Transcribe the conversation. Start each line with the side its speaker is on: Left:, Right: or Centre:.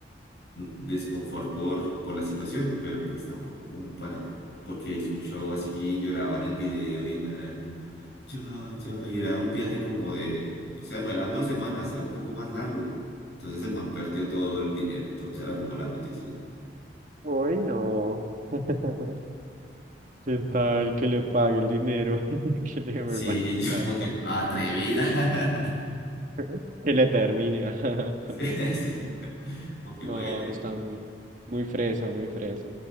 Left: mm, desconfort por, por la situación, pero pues tampoco como para, porque hizo un show así, lloraba en el video y el man era como, ya, ya, y era un viaje como de, o sea, no eran dos semanas, era un poco más largo. Entonces el man perdió todo el dinero y todo, esa era como la noticia.
Right: Uy, no. <laughs> ¿Qué tal que le pague el dinero? <laughs> Que le devuelva
Left: Sí,
Right: la
Left: <laughs> yo
Right: plata.
Left: como que, atrevida. <laughs>
Right: <laughs> Que le termine. <laughs>
Left: Sí, sí. Como que
Right: No,
Left: bueno.
Right: está muy, muy fresa, muy fresa.